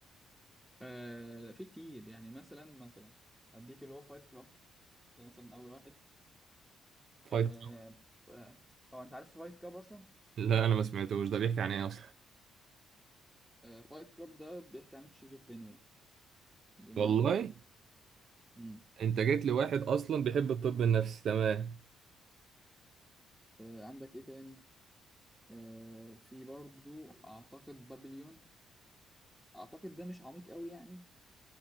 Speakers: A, in the centre; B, on the right.
A: أه لا، في كتير يعني مثلا مثلا هديك اللي هو فايت كلاب ده مثلا أول واحد
B: فايت
A: أه
B: سو-
A: آه، هو أنت عارف فايت كلاب أصلا
B: لا انا ما سمعتوش ده بيحكي عن ايه اصلا
A: آه، فايت كلوب ده بيحكي عن الشيزوفرينيا بالمعنى
B: والله
A: ده يعني امم
B: انت جيت لواحد اصلا بيحب الطب النفسي تمام
A: آه، عندك ايه تاني آه، في برضو اعتقد بابليون اعتقد ده مش عميق قوي يعني